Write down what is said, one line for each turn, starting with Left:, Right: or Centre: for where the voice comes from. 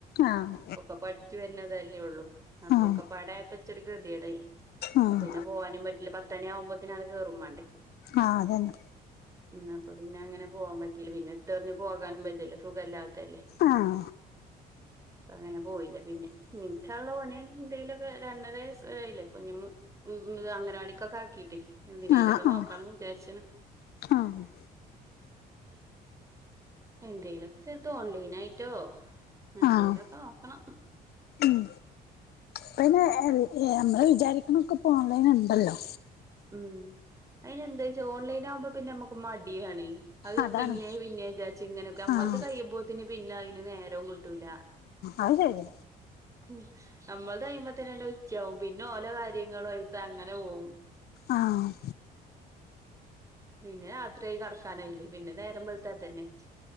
Left: ആഹ്
Right: ഒക്കെ പഠിച്ചു വരുന്നതല്ലേ ഉള്ളൂ അപ്പൊക്കെ
Left: ആഹ്
Right: പ്പാടയപ്പച്ചൊ ഒരു കെതിയാടായി
Left: ആഹ്
Right: പോകാനും പറ്റില്ല പത്തന ആവുമ്പോത്തന അവിടെ കയറും വേണ്ടേ
Left: ആഹ് അതന്നെ
Right: ഉം അപ്പൊ പിന്നെ അങ്ങനെ പോവാൻ പറ്റീല്ല പിന്നെ ഇട്ടറിഞ്ഞ് പോകാനും പറ്റല്ലേ സുഖംല്ലാത്തല്ലേ <inaudible>
Left: ആഹ്
Right: അപ്പ അങ്ങനെ പോയില്ല പിന്നെ ഇന്ശാള്ള ഓനെ എന്തെങ്കിലുംക്കെ രണ്ടരല്ല അപ്പഞ്ഞ് ഉ അങ്ങനവാടിക്കൊക്കെ ആക്കീട്ട് എന്തിനേല
Left: ആഹ്
Right: നോക്കാണ
Left: ആഹ്
Right: വിചാരിച്ചണ്
Left: ആഹ്
Right: എന്തേലൊക്ക ചെറുത് ഓൺലൈൻ ആയിട്ടോ എന്തേലൊക്കെ
Left: ആഹ്
Right: നോക്കണം
Left: ഉം പിന്നെ <unintelligible> ഏഹ് നമ്മള് വിചാരിക്കുന്നൊക്കെ ഇപ്പൊ ഓൺലൈൻ ഉണ്ടല്ലോ
Right: ഉം അയിന് എന്താ വച്ച ഓൺലൈൻ ആകുമ്പോ പിന്നെ നമ്മുക്ക് മടിയാണ് അത്
Left: അതാണ്
Right: പിന്നെ പിന്നേ വിചാര്ച്ചി ഇങ്ങനെക്കെ നമ്മളത്
Left: ആഹ്
Right: കഴിയുമ്പോത്തിന് പിന്നെ അതിന് നേരവും കിട്ടൂല്ല
Left: അത് ശെരി
Right: ഉ അമ്മൾതെ കഴിയുമ്പോത്തന്നെ ഉച്ചവും പിന്നെ ഓലോ കാര്യങ്ങളും ആയിട്ട് അങ്ങനെ പോകും
Left: ആഹ്
Right: പിന്നെ രാത്രി ആയി കറക്കാനായില്ലേ പിന്നെ നേരമ്പഴത്ത തന്നെ